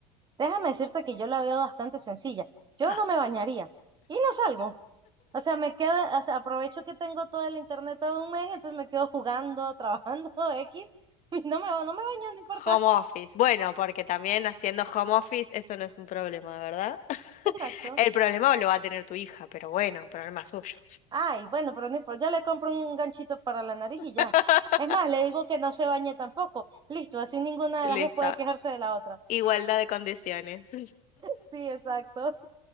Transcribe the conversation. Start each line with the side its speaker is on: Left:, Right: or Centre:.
Right: déjame decirte que yo la veo bastante sencilla. Yo
Left: Ah,
Right: no me bañaría y no salgo. O sea, me quedo, o sea, aprovecho que tengo todo el internet todo un mes, entonces me quedo jugando, trabajando, <laughs> X. Y No me, ba- no me baño, no importa.
Left: Home office. Bueno, porque también haciendo home office eso no es un problema, ¿verdad? <laughs>
Right: Exacto.
Left: El problema lo va a tener tu hija, pero bueno, problema suyo.
Right: Ay, bueno, pero no importa. Ya le compro un ganchito para la nariz
Left: <laughs>
Right: y ya. Es más, le digo que no se bañe tampoco. Listo, así ninguna
Left: Listo.
Right: de las dos puede quejarse de la otra.
Left: Igualdad de condiciones.
Right: <laughs> Sí, exacto.